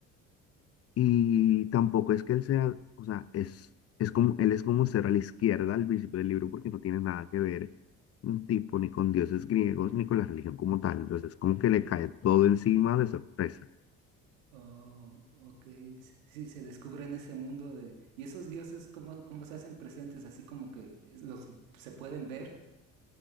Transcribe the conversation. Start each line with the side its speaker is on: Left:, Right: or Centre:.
Left: Y tampoco es que él sea, o sea, es, es como, él es como ser a la izquierda al principio del libro porque no tiene nada que ver un tipo ni con dioses griegos ni con la religión como tal. Entonces, como que le cae todo encima de sorpresa.
Right: oh, ok, s- sí, se descubre en ese mundo de y esos dioses cómo, cómo se hacen presentes así como que es- los se pueden ver